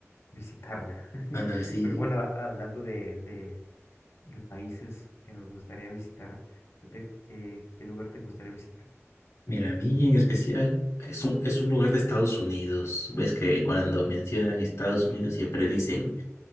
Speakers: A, on the left; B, on the left.
A: visitarla. <laughs>
B: Ándale, sí.
A: Pero bueno, a- hablando de, de, de países que nos gustaría visitar, ¿qué, te- qué- qué lugar te gustaría visitar?
B: Mira, a mí en especial es un, es un lugar de Estados Unidos. Ves que cuando mencionan Estados Unidos siempre dicen